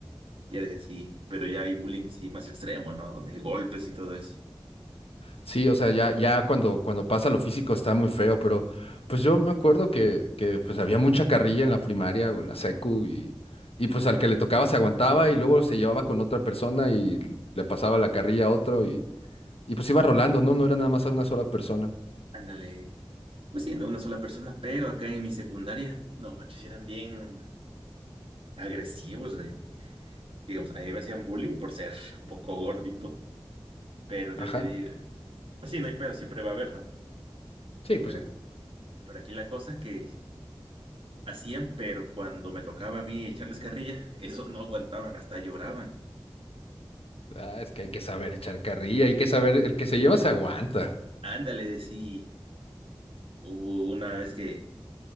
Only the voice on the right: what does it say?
Ya de así, pero ya hay bullying, sí, más extremo, ¿no? Donde hay golpes y todo eso.
Ándale. Pues sí, no una sola persona, pero acá en mi secundaria, no manches, eran bien agresivos, güey. Digo, a mí me hacían bullying por ser un poco gordito, pero yo
te digo, pues sí, no hay pero, siempre va a haber, ¿no?
Pero,
pero aquí la cosa es que hacían, pero cuando me tocaba a mí echarles carrilla, <laughs> esos no aguantaban, hasta lloraban.
Ándale, sí, hubo una vez que